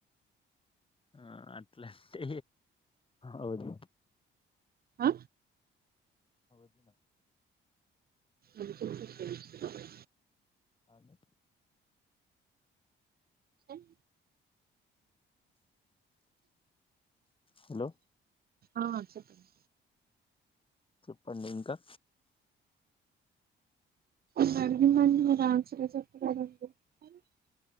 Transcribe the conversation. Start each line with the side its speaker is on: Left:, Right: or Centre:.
Left: ఆహ్ అట్లాంటే. అవుది.
Right: అ
Left: ఒకే
Right: అనుకుంటే చేయించుకోవాలి
Left: అవును
Right: ఆహ్
Left: హలో
Right: ఆహ్ చెప్పండి.
Left: చెప్పండి ఇంకా.
Right: నేను అడిగినదానికి మీకు ఆన్స మీరు చెప్ప